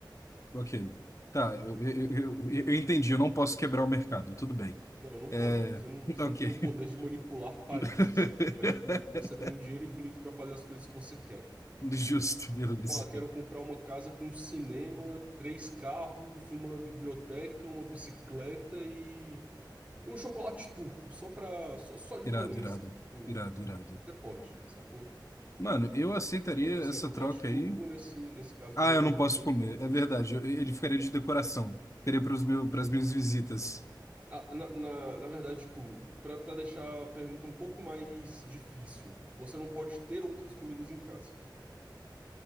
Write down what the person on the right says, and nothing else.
O-
Não, não
pode. Você não, você
não tem o poder de manipular países,
sacou? Mas, tipo, você tem dinheiro infinito para fazer as coisas que você quer.
Pô, ah, quero comprar uma casa com cinema, três carros, uma biblioteca, uma bicicleta e, e um chocolate turco, só pra, só, só de
rolê,
assim. Tipo,
você pode, sacou?
Só que assim,
o chocolate
turco
nesse, nesse caso
também
não
adiantaria
muita coisa.
Ah, na, na, na verdade, tipo, pra, pra deixar a pergunta um pouco mais difícil, você não pode ter outras comidas em casa.